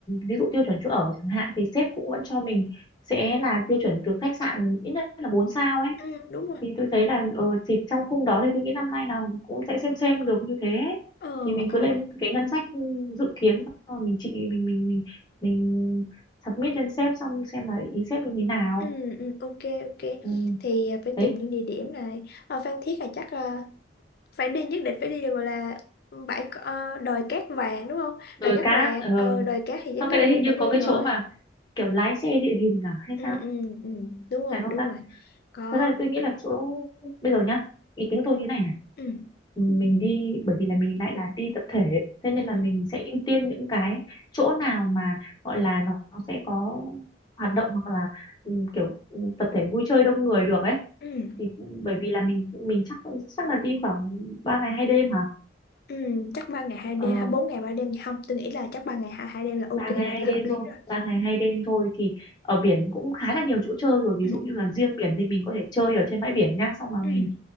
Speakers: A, on the left; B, on the left.
A: ví dụ tiêu chuẩn chỗ ở chẳng hạn thì sếp cũng vẫn cho mình sẽ là tiêu chuẩn từ khách sạn ít nhất là 4 sao ấy
B: ừ đúng rồi
A: thì tôi thấy là ờ, thì trong khung đó thì tôi nghĩ năm nay là cũng sẽ xem xem được như thế ấy.
B: ờ
A: thì mình
B: ờ
A: cứ lên cái ngân sách dự kiến xong rồi mình chị mình mình mình mình submit lên sếp xong xem là ý sếp như thế nào
B: ừ ừ ok ok
A: ừ.
B: thì ờ, phải
A: đấy
B: tìm những địa điểm này ở Phan Thiết là chắc ờ, phải đi nhất định phải đi được gọi là bãi cỏ- ờ, đồi cát vàng đúng không
A: đồi
B: đồi cát
A: cát
B: vàng
A: ờ
B: ờ, đồi cát thì
A: xong
B: chắc
A: cái đấy
B: là
A: hình như
B: phải đi
A: có cái
B: rồi
A: chỗ mà kiểu lái xe địa hình à hay
B: ừ
A: sao
B: ừ ừ đúng rồi
A: phải không
B: đúng
A: ta
B: rồi có
A: thật ra thì tôi nghĩ là chỗ bây giờ nhá ý kiến của tôi như này này
B: ừ
A: mình đi bởi vì là mình lại là đi tập thể thế nên
B: ừ
A: là mình sẽ ưu tiên những cái chỗ nào mà gọi là nó, nó sẽ có hoạt động hoặc là ừ, kiểu ừ, tập thể vui chơi đông người được ấy
B: ừ
A: thì ừ, bởi vì là mình mình chắc chắc là đi khoảng 3 ngày hai đêm hả
B: ừ chắc ba ngày hai
A: Ờ
B: đêm hay bốn ngày ba đêm gì không tôi nghĩ là chắc ba ngày hai hai đêm là ok
A: ba ngày
B: rồi
A: hai
B: là
A: đêm
B: hợp lý
A: thôi
B: rồi
A: ba ngày hai đêm thôi thì ở biển cũng khá là nhiều chỗ chơi rồi ví
B: ừ
A: dụ như là riêng biển thì mình có thể chơi ở trên bãi biển nhá xong mà
B: ừ
A: mình